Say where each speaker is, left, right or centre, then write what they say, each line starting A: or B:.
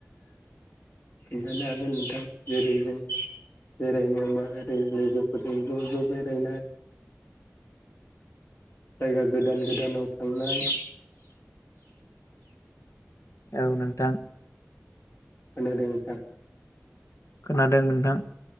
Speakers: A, on the left; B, on the left.
A: खिन्थानो हागोन नोंथां जेरै जों बेरायनाय मा ओरै लोगोफोरजों ज' ज' बेरायनाय जायगा गोदान गोदानाव थांनाय
B: औ नोंथां
A: खोनादों नोंथां
B: खोनादों नोंथां